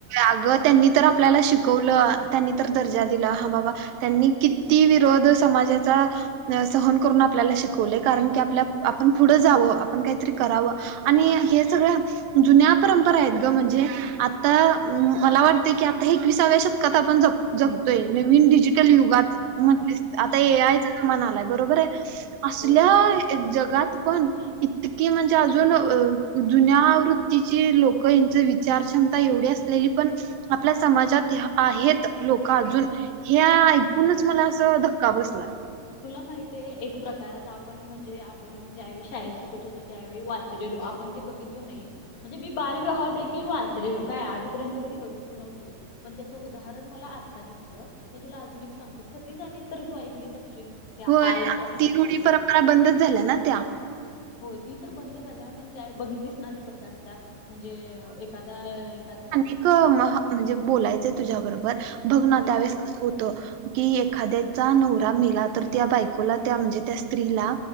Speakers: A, on the right (about 75°); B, on the left (about 70°).
A: अगं त्यांनी तर आपल्याला शिकवलं त्यांनी तर दर्जा दिला हा बाबा त्यांनी किती विरोध समाजाचा सहन करून आपल्याला शिकवले कारण की आपल्या आपण पुढं जावं आपण काहीतरी करावं, आणि हे सगळ्या जुन्या परंपरा आहेत ग म्हणजे आ मला वाटत की आता एकविसाव्या शतकात आपण ज जगतोय नवीन डीजी युगात
B: बरोबर
A: म्हण आता
B: हा
A: ये आय यायचं तर म्हणालाय बरोबर आहे असल्या
B: होय अगं
A: एक जगात पण इतकी म्हणजे अजून जुन्यावृत्तीची लोक यांच विचार क्ष मता एवढी असलेली पण आपल्या समाजात आहेत लोक अजून हे ऐकूनच मला असं धक्का बसला.
B: तुला माहित आहे एक प्रकार आता आपण म्हणजे आपण ज्यावेळी शाळेत शिकत होतो त्यावेळी वाचलेलो पण ते बघितलो नाही. म्हणजे मी बालविवाह देखील वाचलेलो काय आजपर्यंत कधी बघितलं नव्हतो, पण त्याचं उदाहरण मला आत्ता दिसलं मग तुला अजून एक सांगतो सतीज तर तू ऐकलीच असशील या-
A: होय
B: हा एक
A: आता
B: प्रकार
A: ती
B: असतोय
A: रुढी परंपरा बंदच झाल्या ना त्या
B: हो ती तर बंद झाल्या पण त्या बघितलीच ना ती कस असतात म्हणजे एखादा एख
A: एक म्हणजे बोलायचंय तुझ्या बरोबर बघ ना
B: होय
A: त्यावेेळेस
B: बोल
A: कस
B: की
A: होत कि एखाद्याचा नवरा मेला तर त्या बायकोला त्या म्हणजे त्या स्त्रीला